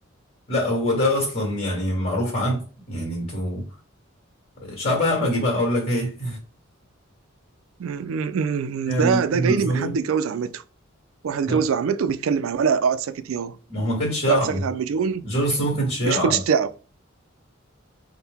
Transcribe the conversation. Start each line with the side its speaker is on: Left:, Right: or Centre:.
Left: لا هو ده اصلا يعني معروف عنكم يعني انتوا شعب همجي بقى اقول لك ايه
Right: م- م- م-
Left: <laughs> يا
Right: م. ده
Left: مش
Right: ده
Left: منظمين
Right: جاي لي من حد اتجوز عمته واحد اتجوز
Left: لا
Right: عمته وبيتكلم معاه ولا اقعد ساكت ياهو
Left: ما هو ما كانش يعرف
Right: اقعد ساكت يا عم جون
Left: جون سنو ما كانش يعرف
Right: مش كنتش تعرف